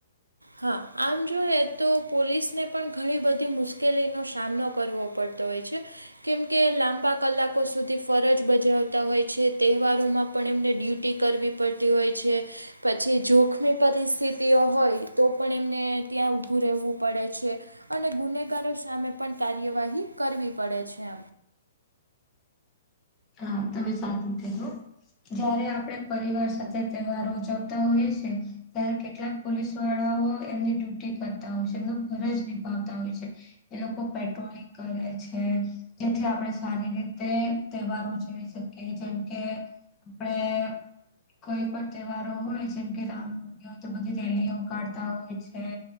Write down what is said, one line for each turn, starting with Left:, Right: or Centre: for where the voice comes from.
Right: હા આમ જોઈએ તો પોલીસને પણ ઘણી બધી મુશ્કેલીનો સામનો કરવો પડે હોય છે કેમ કે લાંબા કલાકો સુધી ફરજ બજાવતા હોય છે તહેવારોમાં પણ એમને ડ્યુટી કરવી પડતી હોય છે પછી જોખમી પરિસ્થિતિઓ હોય. તો પણ એમને ત્યાં ઊભું રહેવું પડે છે અને ગુનેગારો સામે પણ કાર્યવાહી કરવી પડે છે
Left: હા તમે સાચી થયો જયારે આપડે પરિવાર સાથે તહેવારો ઉજવતા હોય છે. ત્યારે કેટલાક પોલીસ વાળાઓ એમની ડ્યુટી કરતા હોય છે એમનો ફરજ નિભાવતા હોય છે. એ લોકો પેટ્રોલિંગ કરે છે જેથી આપણે સારી રીતે તહેવારો જોઈ શકીએ જેમ કે આપણે કોઈ પણ તહેવારો હોય જેમ કે રામનવમી હોય તો બધી રેલીઓ કાઢતા હોય છે.